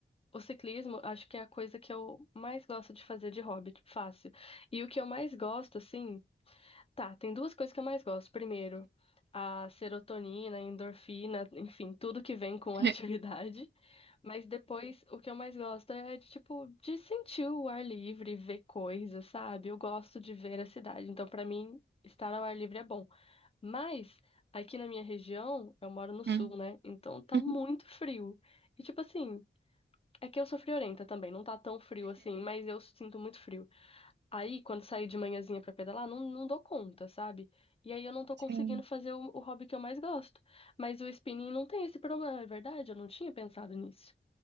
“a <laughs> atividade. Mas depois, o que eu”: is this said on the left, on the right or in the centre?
Left